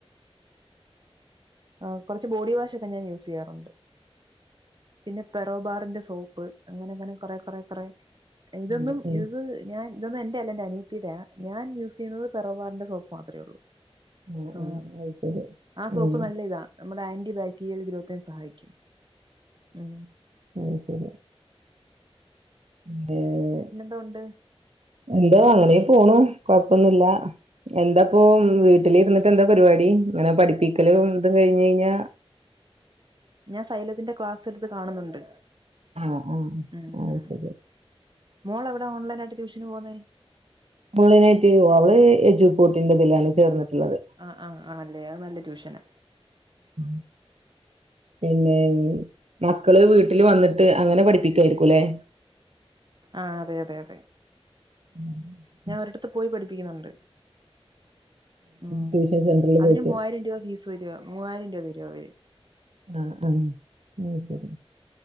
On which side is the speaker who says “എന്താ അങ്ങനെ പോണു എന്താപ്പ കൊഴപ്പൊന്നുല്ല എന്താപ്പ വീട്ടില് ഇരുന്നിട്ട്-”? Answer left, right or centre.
Right